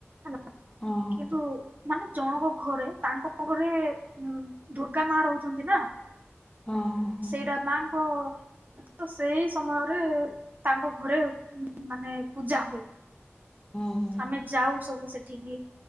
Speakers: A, on the right (about 40°); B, on the left (about 15°).
A: ହେଲା
B: ହଁ
A: କିନ୍ତୁ ମାନେ ଜଣଙ୍କ ଘରେ ତାଙ୍କ ଘରେ ଉ ଦୁର୍ଗା ମା ରହୁଚନ୍ତି ନା
B: ହଁ ହଁ ହଁ
A: ସେଇଟା ମାଙ୍କ ତ ସେଇ ସମୟରେ ତାଙ୍କ ଘରେ ମାନେ ପୂଜା ହୁଏ।
B: ହଁ ହୁଁ
A: ଆମେ ଯାଉ ସବୁ ସେଠିକି